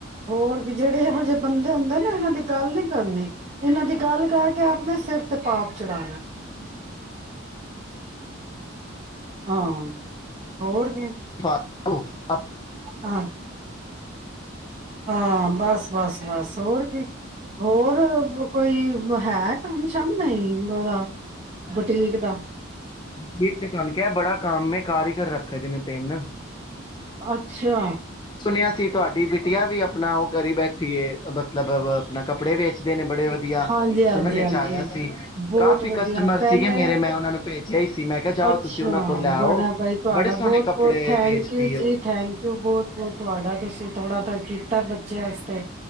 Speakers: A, on the right (about 35°); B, on the left (about 20°).
A: ਹੋਰ ਜਿਹੜੇ ਇਹੋ ਜਿਹੇ ਬੰਦੇ ਹੁੰਦੇ ਨਾ ਇਹਨਾਂ ਦੇ ਗੱਲ ਨੀ ਕਰਨੀ, ਇਹਨਾਂ ਦੀ ਗੱਲ ਕਰਕੇ ਆਪਣੇ ਸਿਰ ਤੇ ਪਾਪ ਚੜਾਣਾ ਐ। ਹਾਂ। ਹੋਰ ਕੀ
B: ਹੈਲੋ, ਆਪ
A: ਹਾਂ, ਹਾ, ਬਸ -ਬਸ- ਬਸ ਹੋਰ ਕੀ ਹੋਰ ਕੋਈ ਹੈ, ਕੱਮ ਸ਼ੱਮ ਨਹੀਂ ਉਹਦਾ ਬੁਟੀਕ ਦਾ।
B: ਦੇਖ ਕੇ ਤੁਹਾਨੂੰ ਕਿਹਾ ਬੜਾ ਕੰਮ ਐ, ਕਾਰੀਗਰ ਰੱਖਦੇ ਨੇ ਤਿੰਨ।
A: ਅੱਛਾ।
B: ਸੁਣਿਆ ਸੀ ਤੁਹਾਡੀ ਬੀਟੀਆ ਵੀ, ਆਪਣਾ ਉਹ ਕਰੀ ਬੈਠੀ ਏ ਮਤਲਬ ਆਪਣਾ ਕੱਪੜੇ ਵੇਚਦੇ ਨੇ ਬੜੇ ਵਧੀਆ
A: ਹਾਂਜੀ ਹਾਂਜੀ
B: ਸੁਨਨੇ
A: ਹਾਂਜੀ
B: ਚ ਆਯਾ ਸੀ,
A: ਬਹੁਤ
B: ਕਾਫੀ
A: ਵਧੀਆ
B: ਕਸਟਮਰ
A: ਪਹਿਲੇ
B: ਸੀਗੇ ਮੇਰੇ ਮੈਂ ਉਹਨਾਂ ਨੂੰ ਭੇਜਿਆ ਹੀ ਸੀ, ਮੈਂ ਕਿਹਾ ਜਾਓ
A: ਅੱਛਾ
B: ਤੁਸੀਂ ਉਹਨਾਂ ਕੋਲ ਲੈਆੳ,
A: ਬੜਾ ਬਾਈ ਤੁਹਾਡਾ
B: ਬੜੇ
A: ਬਹੁਤ-ਬਹੁਤ
B: ਸੋਹਣੇ ਕੱਪੜੇ
A: ਥੈਂਕ
B: ਵੇਚਦੀ
A: ਯੂ
B: ਏ
A: ਜੀ
B: ੳ।
A: ਥੈਂਕ ਯੂ ਬਹੁਤ-ਬਹੁਤ ਤੁਹਾਡਾ ਤੁਸੀਂ ਥੋੜਾ ਤਾਂ ਕੀਤਾ ਬੱਚਿਆਂ ਵਾਸਤੇ